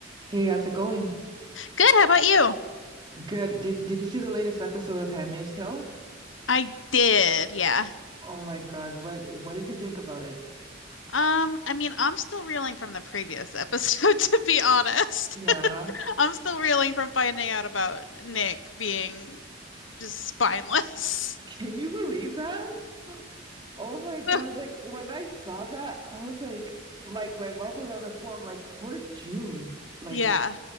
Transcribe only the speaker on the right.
Hey, how's it going?
Good. Did did you see the latest episode of Handmaid's Tale?
Oh my God, what what did you think about it?
Yeah.
<laughs> Can you believe that? Oh my God,
like when I saw that, I was like like my mouth was on the floor. I'm like, poor June. Like,